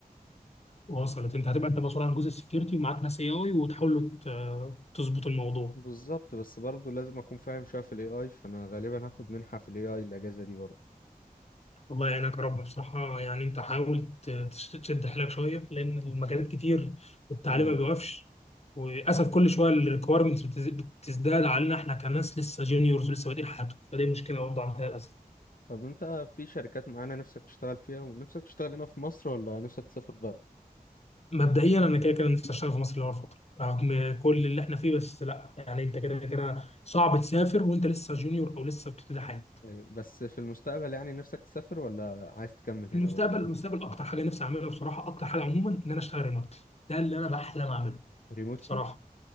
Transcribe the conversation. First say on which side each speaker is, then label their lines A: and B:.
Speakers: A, on the left (about 45°); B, on the left (about 65°).
A: وصلت انت هتبقى انت مسؤول عن جزء السكيورتي ومعاك ناس اي اي وتحاولوا ت- تظبطوا الموضوع
B: بالظبط بس برضو لازم اكون فاهم شوية في الاي اي فانا غالبا هاخد منحة في الاي اي الاجازة دي برضو
A: الله يعينك يا رب بصراحة يعني انت حاول ت- تش- تشد حيلك شوية لأن المجالات كتير والتعليم
B: اه
A: ما بيوقفش وللأسف كل شوية الريكويرمنتس بتزداد علينا احنا كناس لسه جونيورز ولسه بادئين حياتهم فدي مشكلة برضه عندنا للأسف
B: طب انت في شركات معانا نفسك تشتغل فيها ونفسك تشتغل هنا في مصر ولا نفسك تسافر بره
A: مبدئيا أنا كده كده نفسي أشتغل في مصر لأول فترة رغم كل اللي احنا فيه بس لا يعني انت كده كده صعب تسافر وانت لسه جونيور أو لسه بتبتدي حياتك
B: ايوه بس في المستقبل يعني نفسك تسافر ولا عايز تكمل
A: في
B: هنا
A: المستقبل
B: برضه
A: المستقبل اكتر حاجه نفسي اعملها بصراحه اكتر حاجه عموما ان انا اشتغل ريموتلي ده اللي انا بحلم اعمله
B: ريموتلي
A: بصراحه